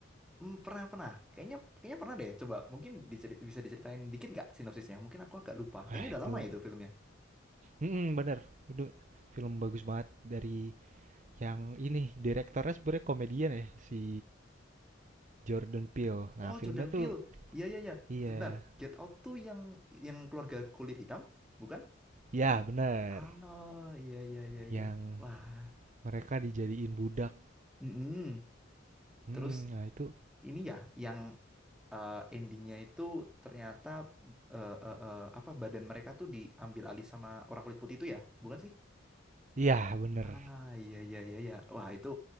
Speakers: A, in the centre; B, on the right.
A: Hmm, pernah pernah. Kayaknya kayaknya pernah deh. Coba mungkin diceri- bisa diceritain dikit nggak sinopsisnya? Mungkin aku agak lupa. Kayaknya
B: Ah, itu.
A: udah lama ya itu filmnya.
B: Mm bener. Itu film bagus banget dari yang ini direktornya sebenarnya komedian ya si Jordan Peele. Nah,
A: Oh
B: filmnya
A: Jordan
B: tuh
A: Peele. Iya iya iya.
B: iya.
A: Sebentar. Get Out tuh yang yang keluarga kulit hitam, bukan?
B: Ya, bener.
A: Ah iya iya iya iya.
B: Yang
A: Wah.
B: mereka dijadiin budak.
A: Mm-mm.
B: Mm,
A: Terus
B: nah, itu
A: ini ya yang eh, endingnya itu ternyata eh, eh, eh, apa badan mereka tuh diambil alih sama orang kulit putih itu ya, bukan sih?
B: iya bener.
A: Ah iya iya iya iya. Wah itu